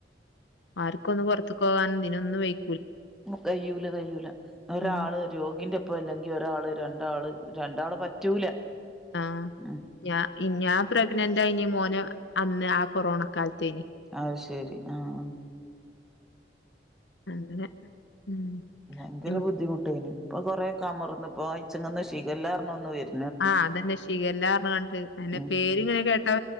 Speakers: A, on the left (about 85°); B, in the centre.
A: ആർകൊന്ന് പൊറത്ത്ക്കോവാൻ ഇതിനൊന്ന് വയ്
B: കയ്യൂല കയ്യൂല ഒരാള്
A: ഉം
B: രോഗിന്റെ ഇപ്പഅല്ലെങ്കി ഒരാള് രണ്ടാള് രണ്ടാള് പറ്റൂല
A: ആ ആ
B: ഉം
A: ഞ ഞാൻ പ്രഗ്നൻ കൈഞ് മോന അന്ന് ആ കൊറോണ കാലത്തേനി
B: അഹ് ശെരി ആ ആ
A: അങ്ങനെ ഉം
B: ഭയങ്കര
A: ഉം
B: ബുദ്ധിമുട്ടേനു ഇപ്പൊ കൊറേകമർന്ന് ഇപ്പൊ അയ്ച്ചങ്ങന്ന് ഷിഗല്ലർഞ ഒന്ന് വര്
A: ആ അതന്നെ ഷിഗല്ലർഞാണ്ട് പിന്നെ
B: ഉം
A: പേര് ഇങ്ങനെകേട്ടാ